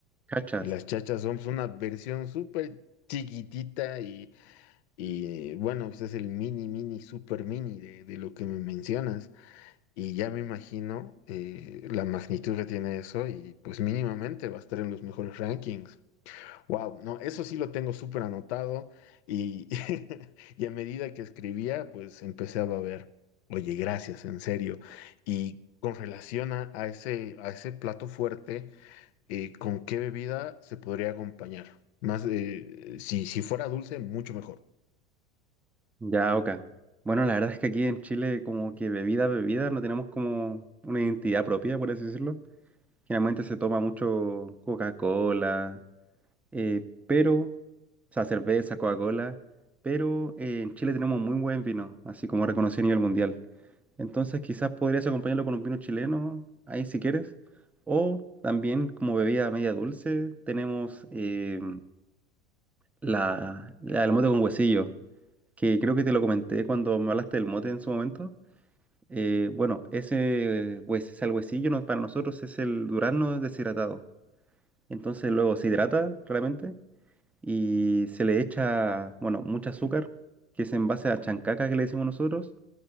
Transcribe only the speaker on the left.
Y las chachas son pues, una versión súper chiquitita y, y bueno, pues es el mini, mini, super mini de, de lo que me mencionas. Y ya me imagino eh, la magnitud que tiene eso y pues mínimamente va a estar en los mejores rankings. Wow, no, eso sí lo tengo súper anotado y, <laughs> y a medida que escribía, pues empecé a ver, Oye, gracias, en serio. Y con relación a, a ese, a ese plato fuerte, eh, ¿con qué bebida se podría acompañar? Más, eh, si, si fuera dulce, mucho mejor.